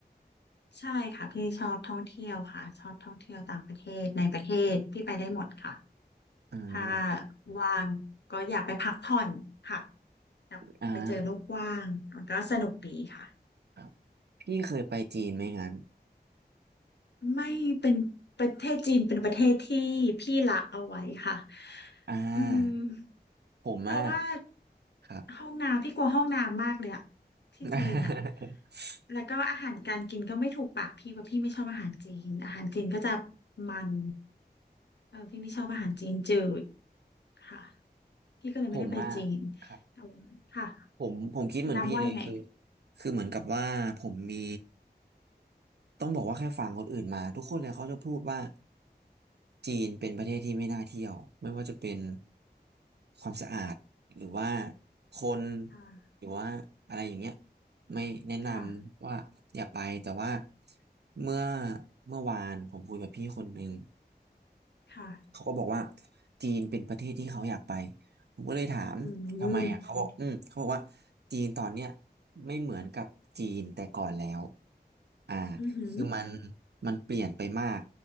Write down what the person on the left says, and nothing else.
ใช่ค่ะพี่ชอบท่องเที่ยวค่ะชอบท่องเที่ยวต่างประเทศในประเทศพี่ไปได้หมดค่ะ
ถ้าว่างก็อยากไปพักผ่อนค่ะอยากไปเจอโลกกว้างมันก็สนุกดีค่ะ
ไม่เป็นประเทศจีนเป็นประเทศที่พี่ละเอาไว้ค่ะ
อืม
เพราะว่า
ห้องน้ำพี่กลัวห้องน้ำมากเลยอะที่จีนอะ
แล้วก็อาหารการกินก็ไม่ถูกปากพี่เพราะพี่ไม่ชอบอาหารจีนอาหารจีนก็จะมันเออพี่ไม่ชอบอาหารจีนจืดค่ะพี่ก็เลยไม่ได้ไปจีน
แต่ว่าค่ะ
ดำว่ายังไง
ค่ะ
ค่ะ
ค่ะ
อืมอืม
อืมอหืม